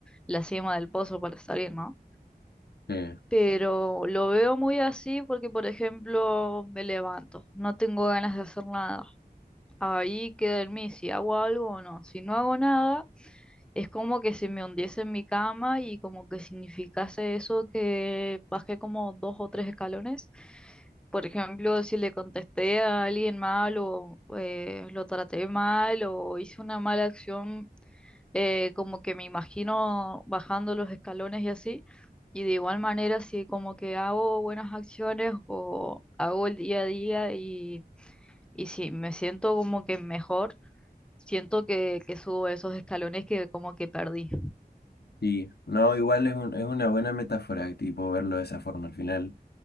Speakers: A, in the centre; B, on the left.
A: la cima del pozo para salir, ¿no?
B: sí,
A: Pero lo veo muy así porque, por ejemplo, me levanto, no tengo ganas de hacer nada. Ahí queda en mí si hago algo o no. Si no hago nada Es como que si me hundiese en mi cama y como que significase eso que bajé como dos o tres escalones. Por ejemplo, si le contesté a alguien mal o eh, lo traté mal o hice una mala acción, eh, como que me imagino bajando los escalones y así. Y de igual manera, si como que hago buenas acciones o hago el día a día y, y si me siento como que mejor, siento que, que subo esos escalones que como que perdí.
B: sí. No, igual es un- es una buena metáfora, tipo, verlo de esa forma. Al final,